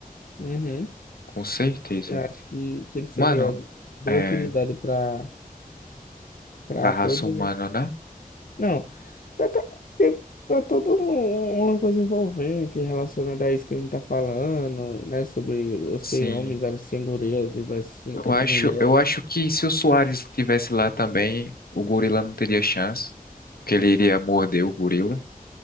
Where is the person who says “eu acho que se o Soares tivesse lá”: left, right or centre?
Left